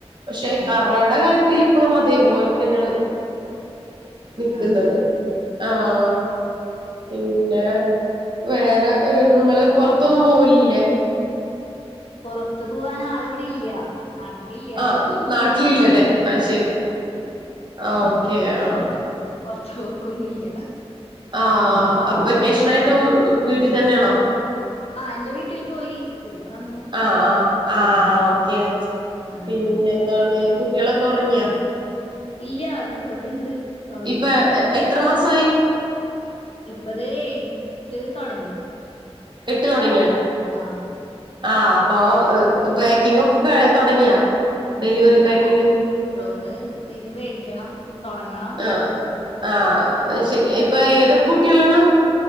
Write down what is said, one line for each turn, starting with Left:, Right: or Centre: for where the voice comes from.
Right: പക്ഷെ
Left: ഉം
Right: കറട
Left: ഉം
Right: കാര്യത്തിൽ ഇപ്പോഴും അതേപോലെ തന്നെയാണ് നിക്കുന്നത്
Left: അതെല്ലേ
Right: ആഹ് പിന്നെ വേറെ നിങ്ങള് പൊറത്തൊന്നും പോവലില്ലേ
Left: പൊറത്തു പൊവാൻ ആള് വിടെ ല്ല നാട്ടിലില്ല
Right: ആഹ് നാട്ടിലില്ലല്ലേ
Left: ആഹ്
Right: ഐ ശരി
Left: ഇല്ല
Right: ആഹ് ഓക്കെ ആഹ്
Left: ഉം പൊറത്ത് പോക്കൊന്നുംല്ല
Right: ആഹ് വെക്കേഷൻ ആയിട്ടും വീട്ടിൽ തന്നെയാണോ
Left: ആഹ് എന്റെ വീട്ടില് പോയി പിന്നെ വന്നു
Right: ആഹ് ആഹ് ആഹ്
Left: ഉം പിന്നെ
Right: ഓക്കെ
Left: അങ്ങനെ
Right: പിന്നെ ന്താണ് കുട്ടികളൊക്കെ ഉറങ്ങിയാ
Left: ഇല്ല്യ അത് എവിടെണ്ട് ഉങ്ങിട്ടില്ല
Right: ഇപ്പൊ എത്ര മാസമായി
Left: ഇപ്പൊതേ എട്ട് തുടങ്ങി
Right: എട്ട് തോടങ്ങിയാ
Left: ആഹ്
Right: ആഹ് അപ്പൊ പാക്കിങ് ഒക്കെ ക തുടങ്ങിയാ ഡെലിവറി
Left: ഇല്ല
Right: പാക്കിങ്
Left: <inaudible> ഒന്ന് ഇനി മേടിക്കണം തോടങ്ങണം
Right: ആഹ് ആഹ് ഐ ശരി ഇപ്പൊ ഏതൊക്കെ കുട്ടികളാണ്